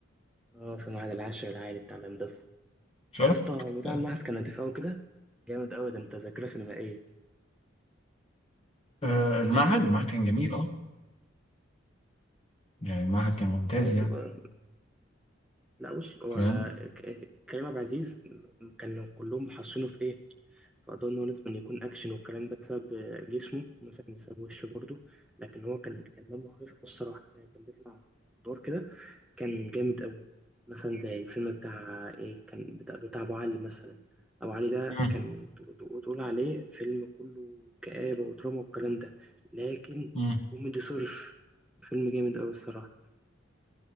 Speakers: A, in the centre; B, on the left (about 30°).
A: اه في معهد العاشر العالي بتاع الهندسة
B: شفت
A: يا اسطى هو بتاع
B: آه،
A: المعهد كان نضيف قوي كده جامد قوي ده انت ذاكرة سينمائية
B: آه، المعهد المعهد كان جميل اه يعني المعهد كان ممتاز
A: آه، تبقى
B: يعني
A: لا بص هو
B: فاهم
A: ك- كريم عبد العزيز كانوا كلهم محصينه في ايه في قضاء ان هو لازم يكون اكشن والكلام ده بسبب جسمه مثلا بسبب وشه برضه لكن هو كان كان دمه خفيف أوي الصراحه يعني كان بيطلع في ادوار كده كان جامد قوي مثلا زي الفيلم بتاع ايه كان بتاع, بتاع ابو علي مثلا ابو علي ده
B: مم.
A: كان ت- ت- تقول عليه فيلم كله كآبة ودراما والكلام ده لكن
B: مم.
A: كوميدي صرف فيلم جامد قوي الصراحه